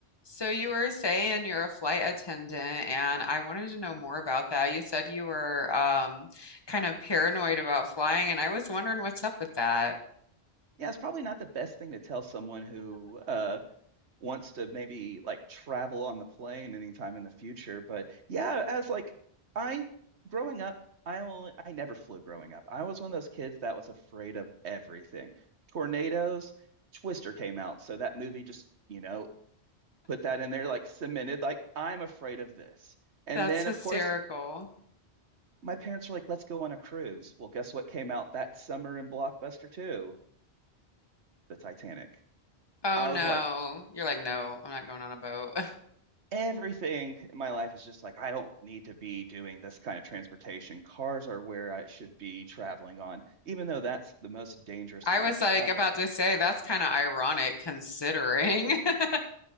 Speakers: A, on the left (about 25°); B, on the right (about 85°).
A: So you were saying you're a flight attendant, and I wanted to know more about that. You said you were um, kind of paranoid about flying, and I was wondering what's up with that.
B: Yeah, it's probably not the best thing to tell someone who uh wants to maybe like travel on the plane anytime in the future. But yeah, as like I growing up, I only I never flew growing up. I was one of those kids that was afraid of everything. Tornadoes, Twister came out, so that movie just, you know, put that in there like cemented like I'm afraid of this. And
A: That's
B: then
A: hysterical.
B: of course, my parents were like, "Let's go on a cruise." Well, guess what came out that summer in Blockbuster too? The Titanic.
A: Oh
B: I
A: no.
B: was like,
A: You're like, no, I'm not going on a boat. <laughs>
B: everything in my life is just like, I don't need to be doing this kind of transportation. Cars are where I should be traveling on, even though that's the most dangerous
A: I
B: form
A: was
B: of traveling.
A: like about to say that's kind of ironic considering. <laughs>